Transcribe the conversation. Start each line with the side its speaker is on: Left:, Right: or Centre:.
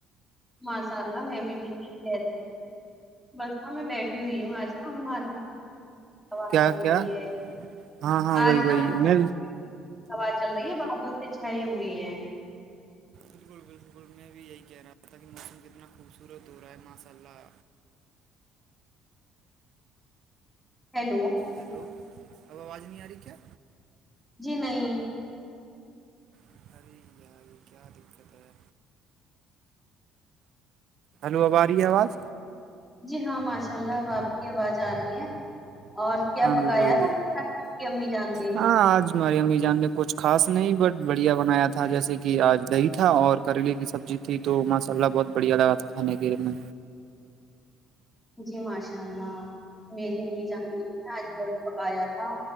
Centre: ماشاء اللہ میں بھی بالکل خل بس میںاں میں بیٹھی ہوئی ہوں آج ن ہم آج واز
Right: کیا
Centre: چل
Right: کیا
Centre: رہی ہے
Right: ہاں ہاں
Centre: آج
Right: وہی
Centre: نا
Right: وہی
Centre: س
Right: میں
Centre: چل رہی ہے بادل سے چھائی ہوئی ہیں
Right: بالکل بالکل میں بھی یہی کہہ رہاوں کہ موسم کتنا خوبصور ہو رہا ہے ماشاء اللہ
Centre: ہیلو
Right: ہیلو اب آواز نہیں آ رہی کیا
Centre: جی نہیں
Right: ارے یار یہ کیا دقت ہے ہلو آباری ہے آواز
Centre: جی ہاں ماشاء اللہ اب آپ کی آواز آ رہی ہے اور کیا
Right: ہاں
Centre: پکایا
Right: بالکل بالکل۔
Centre: تھا کی امی جان نے
Right: ہاں آج ہماری املی جان نے کچھ خاص نہیں بٹ بڑھیا بنایا تھا جیسے کہ آج دہی تھا اور کریلے کی سبزی تھی تو ماشاء اللہ بہت بڑھیا لگا تھا کھانے کے میں
Centre: جی ماشاء اللہ میری امی جان نے ایج بوڈ پکایا تھا